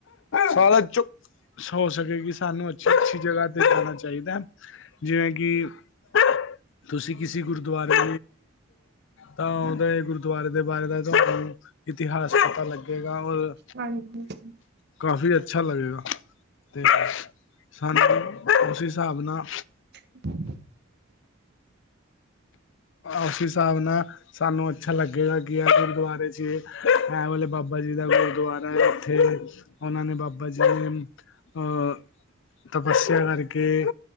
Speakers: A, on the left; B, on the right.
A: ਸਾਲੇ ਚੁੱਪ ਹੋ ਸਕੇ ਕਿ ਸਾਨੂੰ, ਅੱਛੀ ਅੱਛੀ ਜਗ੍ਹਾ ਤੇ ਜਾਣਾ ਚਾਹੀਦਾ ਜਿਵੇਂ ਕਿ ਕਿ ਤੁਸੀਂ ਕਿਸੇ ਗੁਰਦੁਆਰੇ ਤਾਂ ਉਹਦੇ ਗੁਰਦੁਆਰੇ ਦੇ ਬਾਰੇ ਦਾ, ਤੁਹਾਨੂੰ ਇਤਿਹਾਸ ਪਤਾ ਲੱਗੇਗਾ ਔਰ
B: ਹਾਂਜੀ, ਹਾਂਜੀ।
A: ਕਾਫ਼ੀ ਅੱਛਾ ਲੱਗੇਗਾ, ਤੇ ਸਾਨੂੰ ਉਸ ਹਿਸਾਬ ਨਾਲ
B: <unintelligible> <inaudible>
A: ਉਸ ਹਿਸਾਬ ਨਾਲ ਸਾਨੂੰ ਅੱਛਾ ਲੱਗੇਗਾ, ਕਿ ਐ ਗੁਰਦੁਆਰੇ 'ਚ ਐ ਵਾਲੇ ਬਾਬਾ ਜੀ ਦਾ ਗੁਰਦੁਆਰਾ ਹੈ। ਉੱਥੇ, ਉਹਨਾਂ ਨੇ ਬਾਬਾ ਜੀ ਅਹ ਤਪੱਸਿਆ ਕਰਕੇ